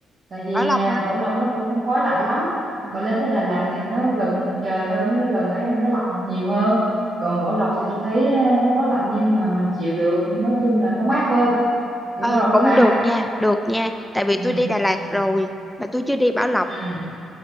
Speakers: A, on the right; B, in the centre.
A: tại vì
B: Bảo Lộc
A: à,
B: hả?
A: Bảo Lộc nó cũng không quá lạnh lắm bà lên tới Đà Lạt thì nó gần mặt trời hơn nó gần ấy hơn nó lạnh nhiều hơn còn Bảo Lộc thì tôi thấy à, nó có lạnh nhưng mà mình chịu được nói chung là nó mát hơn đi
B: Ờ,
A: Bảo Lộc
B: cũng
A: đi bà
B: được nha, được nha, tại vì
A: ừ
B: tôi đi Đà Lạt
A: ừ
B: rồi mà tôi chưa đi Bảo Lộc.
A: ừ,